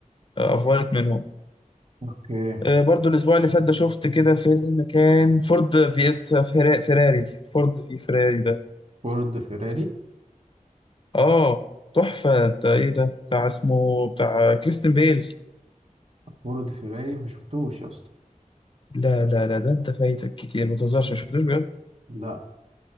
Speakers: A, on the left (about 35°); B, on the right (about 50°).
A: آه، افضلت منهم
B: اوكي
A: آه برضو الاسبوع اللي فات ده شفت كده فيلم كان فورد في اس فرا- فيراري فورد في فيراري ده
B: فورد فيراري
A: اه تحفة ده ايه ده بتاع اسمه بتاع كريستن بيل
B: فورد فيراري ما شفتوش يا اسطى
A: لا لا لا ده انت فايتك كتير ما تهزرش ما شفتوش بجد
B: لا